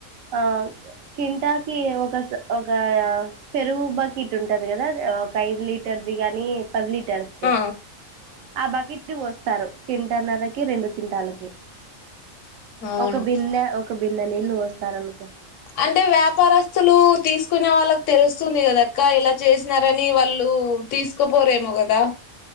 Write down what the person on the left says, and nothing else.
ఆ
అవును
అంటే వ్యాపారస్తులు తీసుకునే వాళ్ళకి తెలుస్తుంది కాదక్కా ఇలా చేసినారని వాళ్ళు తీసుకోపోరేమో కదా